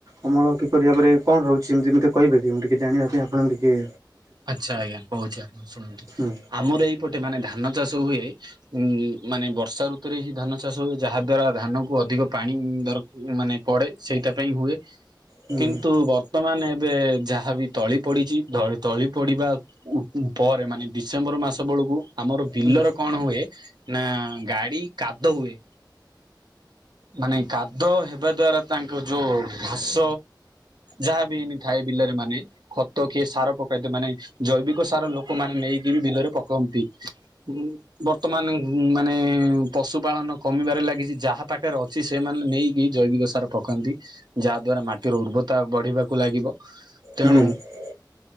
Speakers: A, on the right (about 45°); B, on the right (about 65°).
A: ଅମଳ କିପରି ଭାବରେ କଣ ରହୁଛି ଏମିତି ମୋତେ କହିପାରିବେ ଟିକେ ଜାଣିବା ପାଇଁ ଆପଣଙ୍କୁ ଟିକିଏ।
B: ଆଚ୍ଛା ଆଜ୍ଞା କହୁଛି ଆପଣ ଶୁଣନ୍ତୁ
A: ହୁଁ
B: ଆମର ଏଇପଟେ ମାନେ ଧାନ ଚାଷ ହୁଏ। ଉଁ ମାନେ ବର୍ଷା ଋତୁରେ ହିଁ ଧାନ ଚାଷ ହୁଏ ଯାହା ଦ୍ଵାରା ଧାନ କୁ ଅଧିକ ପାଣି ଦର ମାନେ ପଡେ ସେଇଟା ପାଇଁ ହୁଏ।
A: ହୁଁ
B: କିନ୍ତୁ ବର୍ତ୍ତମାନ ଏବେ ଯାହାବି ତଳି ପଡିଛି ତଳି ତଳି ପଡିବା ପରେ ମାନେ ଡିସେମ୍ବର ମାସ ବେଳକୁ ଆମର ବିଲର
A: ହୁଁ
B: କଣ ହୁଏ। ନା ଗାଡି କାଦ ହୁଏ। ମାନେ କାଦ ହେବା ଦ୍ଵାରା ତାଙ୍କ ଯୋଉ ଘାସ ଯାହାବି ଥାଏ ବିଲରେ ମାନେ ଖତ କିଏ ସାର ପକାଇଦ ମାନେ ଜୈବିକ ସାର ଲୋକମାନେ ବିଲରେ ପକାନ୍ତି। ଉଁ ବର୍ତ୍ତମାନ ମାନେ ପଶୁ ପାାଳନ କମିବାରେ ଲାଗିଛି ଯାହା ପାଖ ର ଅଛି ସେମାନେ ନେଇକି ଜୈବିକ ସାର ପକାନ୍ତି। ଯାହା ଦ୍ଵାରା ମାଟିର ଉର୍ବରତା ବଢିବାକୁ ଲାଗିବ। ତେଣୁ
A: ହୁଁ